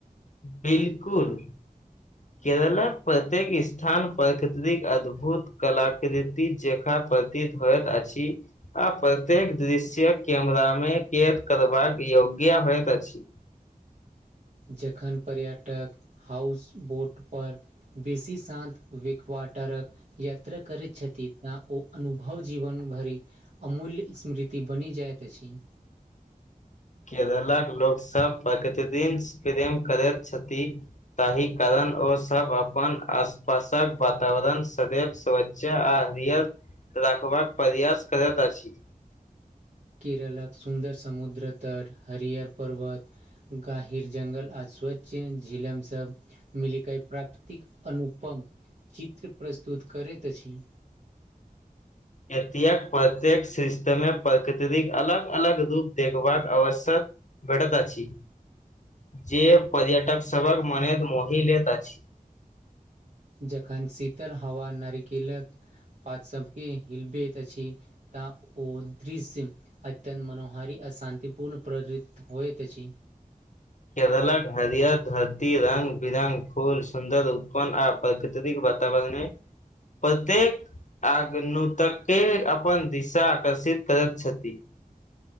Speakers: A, on the left; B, on the right.
A: बिलकुल
B: <unintelligible>
A: केरलक प्रत्येक स्थान प्रकृतिक अद्भुत कलाकृति जेका प्रतीत होएत आछि आ प्रत्येक दृश्य कैमरा मे कैद करबाक योग्य होइत अछि
B: जखन पर्यटक हाउसबोट पर बेसी सानत विक्वाटर क यात्रा करैत छथि ता ओ अनुभव जीवन भरि अमूल्य स्मृति बनि जाइत अछि
A: केरलक लोकसभ प्रगतिदिन प्रेम करैत छथि ताहि कारण ओ सब अपन आसपासक वातावरण सदैव स आ रिय राखबाक प्रयास करैत अछि
B: केरलक सुन्दर समुद्र तर हरिहर पर्वत गाहिर जङ्गल आ स्वच्छ झीलम सभ मिलकई प्राकृतिक अनुपम चित्र प्रस्तुत करेत अछि
A: एत प्रत्येक सिस्ट मे प्रकृतिक अलग अलग रूप देखबाक अवश्यक भेटत अछि जे पर्यटक सबहक मने के मोहि लैत अछि
B: जखन शीतल हवा नारिकेलक पात सबके हिलबैत अछि तऽ ओ दृश्य म अत्यन्त मनोहारी आ शान्तिपूर्ण प्रेतीत होयत अछि
A: केरलक हरियर धरती रङ्ग बिरङ्ग फूल सुन्दर उत्पन्न आ प्रकृतिक वातावरण ह प्रत्येक आगन तक के अपन दिशा आकर्षित करैत छथि